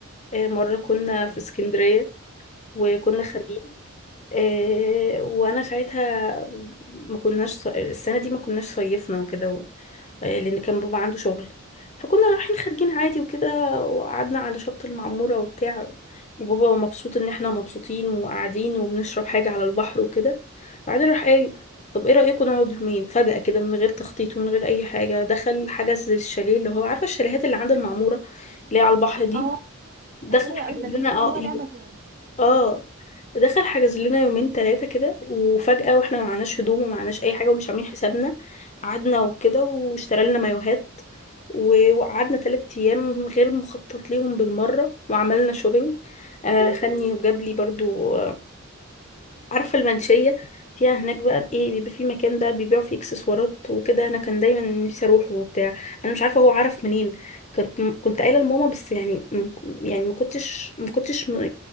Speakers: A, on the left; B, on the right.
A: اه، مرة كنا في اسكندرية وكنا خارجين إيه، وانا ساعتها ما كناش ص- السنه دي ما كناش صيفنا وكده و- إيه، لان كان بابا عنده شغل فكنا رايحين خارجين عادي وكده وقعدنا على شط المعموره وبتاع وبابا مبسوط ان احنا مبسوطين وقاعدين وبنشرب حاجه على البحر وكده بعدين راح قال طب ايه رايكم نقعد يومين فجاه كده من غير تخطيط ومن غير اي حاجه دخل حجز الشاليه اللي هو عارفه الشاليهات اللي عند المعموره اللي هي على البحر دي
B: اه
A: دخل
B: ده حلو
A: حجز
B: قوي ده
A: لنا
B: كويس ان
A: اه
B: هو لقى مكان
A: اه دخل حجز لنا يومين ثلاثة كده وفجأة واحنا ما معناش هدوم وما معناش أي حاجة ومش عاملين حسابنا قعدنا وكده واشترى لنا مايوهات و- وقعدنا تلات أيام غير مخطط ليهم بالمرة وعملنا شوبينج آه خدني وجاب لي برضو عارفة المنشية فيها هناك بقى ايه بيبقى في مكان بقى بيبيعوا فيه اكسسوارات وكده انا كان دايما نفسي اروحه وبتاع انا مش عارفة هو عرف منين كنت كنت قايلة لماما بس يعني من- يعني ما كنتش ما كنتش م-